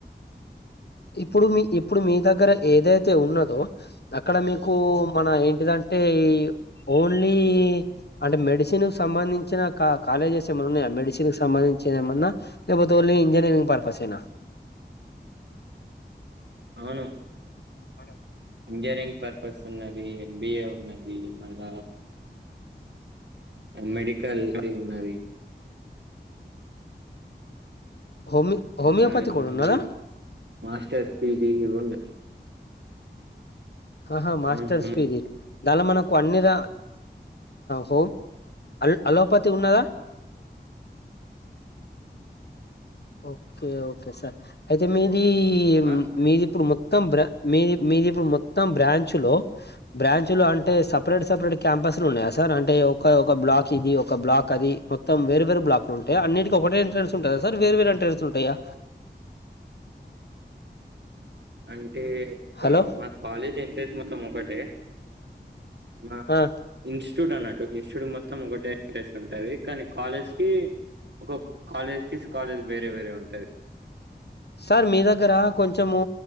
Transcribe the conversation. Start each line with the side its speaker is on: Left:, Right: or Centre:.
Left: ఇప్పుడు మీ ఇప్పుడు మీ దగ్గర ఏదైతే ఉన్నదో అక్కడ మీకు మన ఏంటిదంటే ఓన్లీ అంటే మెడిసిన్ కి సంబంధించిన కా కాలేజెస్ ఏమై ఉన్నాయా మెడిసిన్ కి సంబంధించిన ఏమన్నా లేక పోతే ఓన్లీ ఇంజనీరింగ్ పర్పస్ ఏనా
Right: అవును
Left: హలో
Right: ఇంజనీరింగ్ పర్పస్ ఉన్నది ఎంబిఏ ఉన్నది మళ మెడికల్ ది ఉన్నది
Left: హొమి హోమియోపతి
Right: ఇంకా ఏమన్నా
Left: కూడా ఉన్నద
Right: మాస్టర్స్ పిజి కూడా ఉన్నాయి
Left: ఆహా మాస్టర్స్
Right: అవును ఉంది
Left: పీజీ దానిలో మనకు అన్నిరా హోమ్ అల్ అలోపతి ఉన్నదా ఓకే ఓకే సార్ అయితే మీది
Right: ఆ
Left: మీది ఇప్పుడు మ మొత్తం మీది మీది ఇప్పుడు మొత్తం బ్రాంచ్ లో బ్రాంచ్లు అంటే సపరేట్ సపరేట్ క్యాంపస్ లు ఉన్నాయా సార్ అంటే ఒక ఒక బ్లాక్ ఇది ఒక బ్లాక్ అది మొత్తం వేరు వేరు బ్లాక్లుంటాయా అన్నిటికి ఒకటే ఎంట్రన్స్ ఉంటాదా సార్ వేరే వేరే ఎంట్రన్స్ ఉంటాయా
Right: అంటే <unintelligible>
Left: హలో
Right: కాలేజ్ ఎంట్రెన్స్ మొత్తం ఒకటే మా
Left: ఆ
Right: ఇన్స్టిట్యూట్ అన్నట్టు ఇన్స్టిట్యూట్ మొత్తం ఒకటే ఎంట్రెన్స్ ఉంటాయి కానీ కాలేజ్ కి ఒక కాలేజ్ తీసి కాలేజ్ వేరే వేరే ఉంటాది
Left: సార్ మీ దగ్గర కొంచెము